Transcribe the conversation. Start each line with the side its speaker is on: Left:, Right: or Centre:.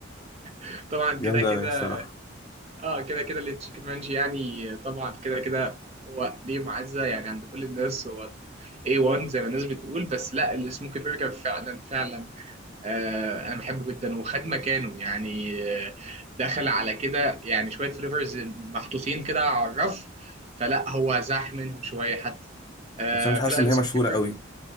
Right: <laughs> طبعا
Left: جامده
Right: كده كده
Left: قوي الصراحه
Right: اه كده كده التشيكن مانجي يعني طبعا كده كده هو ليه معزه يعني عند كل الناس هو A1 زي ما الناس بتقول بس لا السموكي برجر فعلا فعلا آه، انا بحبه جدا وخد مكانه يعني آه، دخل على كده يعني شويه فليفرز محطوطين كده على الرف فلا هو زاح منهم شويه حتى آه،
Left: بس انا مش
Right: فلا
Left: حاسس ان
Right: السموكي
Left: هي مشهوره
Right: برجر
Left: قوي